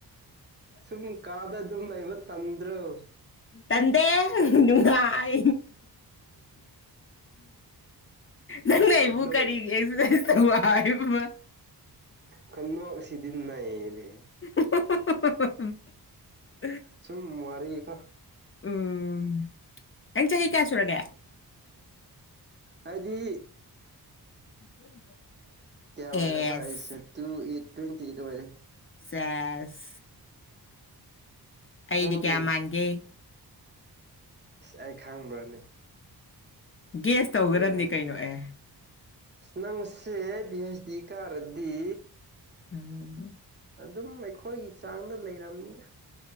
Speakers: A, on the right; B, on the left.
A: ꯁꯨꯝ ꯀꯥꯗ ꯑꯗꯨꯝ ꯂꯩꯕ ꯇꯟꯗ꯭ꯔꯣ
B: ꯇꯟꯗꯦ ꯅꯨꯡꯉꯥꯏ ꯅꯪ ꯑꯩꯕꯨ
A: ꯈꯨꯅꯣꯛ
B: ꯀꯔꯤꯒꯦ ꯑꯦꯛꯁꯔꯁꯥꯏꯁ ꯇꯧ ꯍꯥꯏꯕ
A: ꯈꯨꯅꯣꯛ ꯁꯤꯗꯤ ꯅꯩꯔꯦ
B: <unintelligible>
A: ꯁꯨꯝ ꯋꯥꯔꯤꯒꯤꯀꯣ
B: ꯎꯝ ꯅꯪ ꯆꯍꯤ ꯀꯌꯥ ꯁꯨꯔꯒꯦ
A: ꯍꯥꯏꯗꯤ
B: <inaudible>
A: ꯀꯌꯥ ꯑꯣꯏꯔꯕ꯭ꯔꯥ
B: S
A: ꯑꯩꯁꯦ two eight twenty eight ꯑꯣꯏꯔꯦ
B: ꯁꯦꯁ ꯑꯩꯗꯤ
A: ꯅꯪꯗꯤ
B: ꯀꯌꯥ ꯃꯥꯟꯒꯦ
A: ꯑꯁ ꯑꯩ ꯈꯥꯡꯕ꯭ꯔꯥꯅꯦ
B: ꯒꯦꯁ ꯇꯧꯒ꯭ꯔꯕꯗꯤ
A: ꯅꯪ
B: ꯀꯩꯅꯣ ꯑꯦ
A: ꯅꯪꯁꯦ ꯄꯤ ꯍꯩꯁ ꯗꯤ ꯀꯥꯔꯗꯤ
B: ꯎꯝ
A: ꯑꯗꯨꯝ ꯑꯩꯈꯣꯏꯒꯤ ꯆꯥꯡꯗ ꯂꯩꯔꯝꯅꯤꯗ